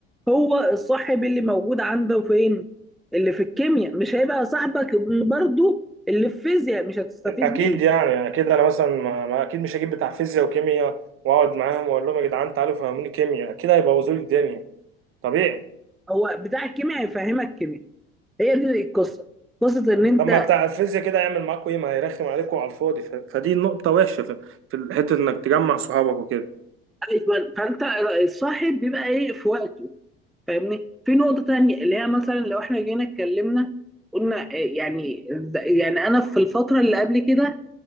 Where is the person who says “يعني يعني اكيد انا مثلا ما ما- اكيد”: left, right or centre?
Right